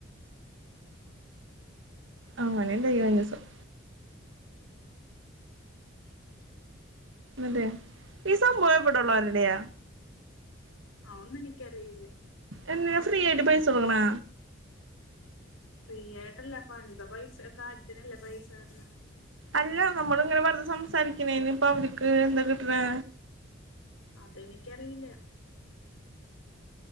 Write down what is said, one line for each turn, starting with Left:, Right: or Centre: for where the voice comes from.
Right: ആനെന്തഞ്സം അതെ ഈ സംഭവം എവിടെയുളള വരുടെയ.
Left: അതൊന്നും എനിക്കറിയില്ല.
Right: എന്തിന ഫ്രീ ആയിട്ട് പൈസ കൊടുക്കണോ.
Left: ഫ്രീ ആയിട്ടല്ല പണിത പൈസ കാര്യത്തിനല്ലേ പൈസ തരണെ.
Right: അല്ല നമ്മള ഇങ്ങനെ പറെറു സംസാരിക്കണന് ഇപ്പൊ അവക്ക് എന്താ കിട്ടണ
Left: അതെനിക്കറിയില്ല.